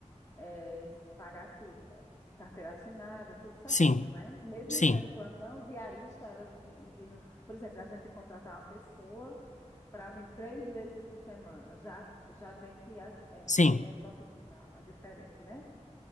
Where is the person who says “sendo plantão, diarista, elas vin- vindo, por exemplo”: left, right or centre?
Left